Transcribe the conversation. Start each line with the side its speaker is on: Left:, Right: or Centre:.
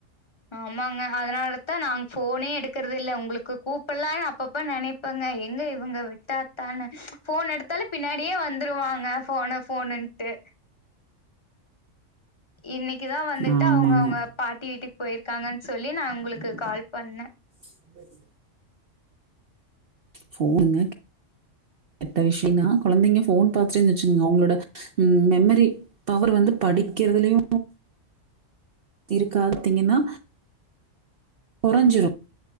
Left: ஆமாங்க அதனாலதா நாங் ஃபோனே எடுக்குறது இல்ல உங்களுக்கு கூப்டலாம்னு அப்பப்ப நெனை ப்பங்க எங்க இவ்ங்க விட்டாத்தான ஃபோன் எடுத்தாலே பின்னாடியே வந்துருவாங்க ஃபோனு ஃபோனுன்ட்டு இன்னைக்கிதா வந்துட்டு
Right: ஆமாங்க
Left: அவுங்க அவுங்க பாட்டி வீட்டுக்கு போய்ருக்காங்கன் சொல்லி நா உங்களுக்கு கால் பண்ணே
Right: சுண்டெலி ஃபோனுங்க எத்த விஷ்யனா கொழந்தைங்க ஃபோன் பாத்தேட்டே <unintelligible> அவுங்களோட ம் மெமரி பவர் வந்து படிக்கிறதுலையு இருக்காத்தீங்கன்னா கொறஞ்சிடு